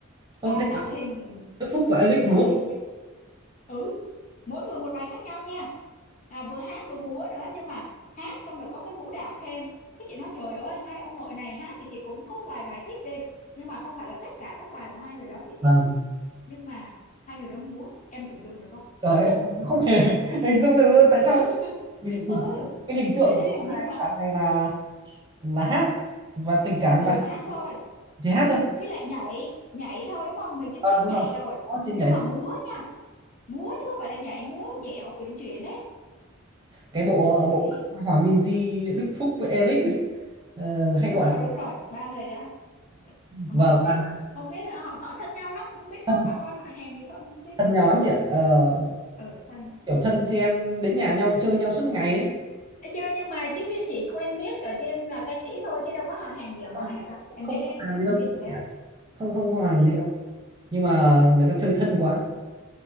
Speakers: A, on the right; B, on the left.
A: ô
B: à,
A: thế à,
B: tạo hình
A: Đức Phúc và Eric múa
B: tạo hình dựng ừ mỗi người một bài khác nhau nha à, vừa hát vừa múa nữa nhưng mà hát xong rồi có cái vũ đạo thêm thế chị nói trời ơi hai ông nội này hát thì chị cũng có vài bài thích đi nhưng mà không phải là tất cả các bài của hai người đó chị thích
A: vâng
B: nhưng mà hai người đó múa em tưởng tượng được không
A: trời em
B: <laughs>
A: em không hề <laughs> hình dung được luôn tại sao
B: ừ
A: mình,
B: ừ
A: mình, cái hình tượng
B: ê
A: của
B: nhưng
A: hai
B: mà
A: bạn này là là hát và tình cảm
B: ừ
A: và hát,
B: hát thôi
A: chỉ hát thôi
B: với lại nhảy nhảy thôi đúng không mình chứng
A: à,
B: kiến
A: đúng
B: nhảy
A: rồi
B: rồi
A: Đó, chị nhảy
B: nhưng mà múa nha múa chứ không phải là nhảy múa dẻo uyển chuyển đấy
A: cái bộ
B: đấy
A: bộ Hòa Minzy Đức Phúc với Eric ấy, ờ, hay
B: đúng
A: gọi
B: rồi
A: là
B: đúng rồi ba người đó mà
A: vâng
B: không biết
A: à,
B: không biết họ họ thân nhau lắm không biết
A: thân,
B: có bà con họ hàng gì không không biết
A: thân nhau lắm chị ạ Ờ,
B: ừ thân nhau.
A: kiểu thân chị em đến nhà nhau chơi nhau suốt ngày ấy
B: Ê, chơi nhưng mà chứ chỉ quen biết ở trên là ca sĩ thôi chứ đâu có họ hàng gì ở
A: không
B: ngoài hả ta em
A: không
B: biết
A: có
B: đấy
A: hàng gì đâu
B: em biết chỗ đây
A: kiểu không không có hàng
B: ừ.
A: gì đâu nhưng mà người ta chơi thân quá